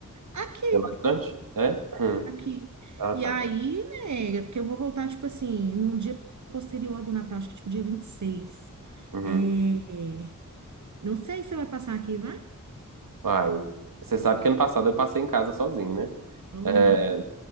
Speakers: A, on the right; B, on the right.
A: aqui,
B: Belo Horizonte? É? Hum.
A: aqui.
B: Ah,
A: E
B: tá.
A: aí, né, porque eu vou voltar, tipo assim, num dia posterior ao do Natal, acho que tipo dia 26.
B: Uhum.
A: É, não sei se você vai passar aqui, vai?
B: Ai, você sabe que ano passado eu passei em casa sozinho, né?
A: Ou,
B: É,
A: né?